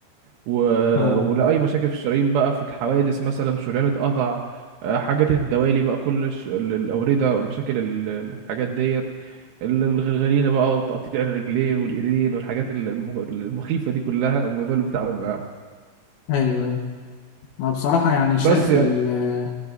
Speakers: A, on the right; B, on the left.
A: و...
B: اه
A: ولاي مشاكل في الشرايين بقى في الحوادث مثلا شريان اتقطع آه، حاجات الدوالي بقى كل الش... ال- الاورده مشاكل ال- الحاجات ديت ال- الغرغرينه بقى وتقطيع الرجلين والايدين والحاجات الم- المخيفه دي كلها هم دول اللي بيتعاملوا معاهم
B: ايوه أيوة. ما بصراحة يعني شايف
A: بس يعني
B: ال-